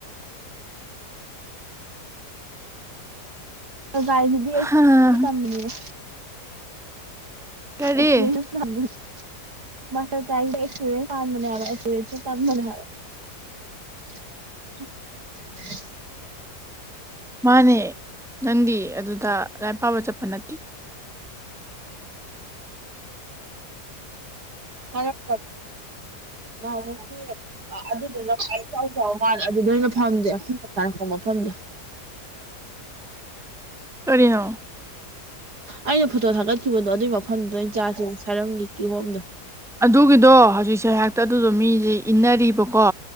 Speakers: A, on the right (about 70°); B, in the centre.
A: ꯒꯥꯏꯁꯤꯗꯤ ꯑꯩ
B: ꯍꯥ,
A: ꯇꯝꯕꯅꯤꯅ
B: ꯀꯔꯤ
A: ꯑꯩ <unintelligible> <unintelligible> ꯃꯥꯁꯇ꯭ꯔ ꯀꯥꯏꯅꯥ ꯑꯦꯀꯁ꯭ꯄꯥꯔꯤꯌꯦꯟꯁ ꯇꯥꯟꯕꯅꯤ ꯍꯥꯏꯕꯥ ꯑꯦꯀꯁ꯭ꯄꯥꯔꯤꯌꯦꯟꯁꯦ ꯇꯝꯕꯅꯤ <inaudible>
B: ꯃꯥꯅꯦ ꯅꯪꯗꯤ ꯑꯗꯨꯗ ꯂꯥꯏꯔꯤꯛ ꯄꯥꯕ ꯆꯠꯄ ꯅꯠꯇꯦ
A: ꯈꯔꯥ ꯈꯛ ꯅꯍꯥꯟ ꯃꯨꯛꯀꯤ ꯑ ꯑꯗꯨꯗꯨꯅ ꯈ꯭ꯋꯥꯏ ꯏꯆꯥꯎ ꯆꯥꯎꯕ ꯃꯥꯜꯂꯦ ꯑꯗꯨ ꯑꯣꯏꯅ ꯐꯝꯗꯦ ꯑꯩꯈꯣꯏꯅ ꯇꯥꯔꯛꯄ ꯃꯐꯝꯗꯣ
B: ꯀꯔꯤꯅꯣ
A: ꯑꯩꯅ ꯐꯣꯇꯣ ꯊꯥꯒꯠꯈꯤꯕꯗꯣ ꯑꯗꯨꯒꯤ ꯃꯐꯝꯗꯨꯗ ꯑꯣꯏꯅꯥ ꯆꯥꯁꯦ ꯁꯥꯔꯝꯒꯤ ꯀꯤꯍꯣꯝꯗꯣ
B: ꯑꯗꯨꯒꯤꯗꯣ ꯍꯧꯖꯤꯛꯁꯦ ꯍꯦꯛꯇ ꯑꯗꯨꯗꯣ ꯃꯤꯁꯦ ꯏꯟꯅꯔꯤꯕꯀꯣ